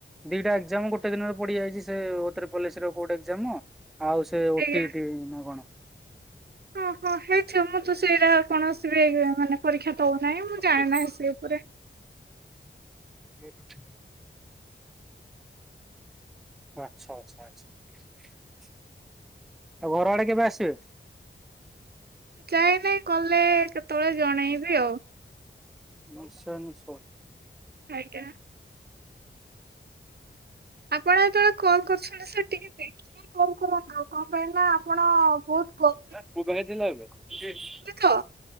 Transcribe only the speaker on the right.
ଆଜ୍ଞା।
ହଁ, ହଁ ହେଇଥିବ ମୁଁ ତ ସେଇରା କୌଣସି ବି ମାନେ ପରୀକ୍ଷା ଦେଉନାହିଁ ମୁଁ
ଜାଣେ ନାହିଁ ସେ ପୁରେ
ଯାଇ ନାଇଁ ଗଲେ କେତେବେଳେ ଜଣେଇ ବି ଆଉ।
ଆଜ୍ଞା। ଆପଣ ଯେତେବେଳେ କଲ କରୁଛନ୍ତି ସାର୍ ଟିକେ ଦେଖିକି କଲ୍ କରନ୍ତୁ କଣ ପାଇଁ ନା ଆପଣ ବହୁତ କ
ତ।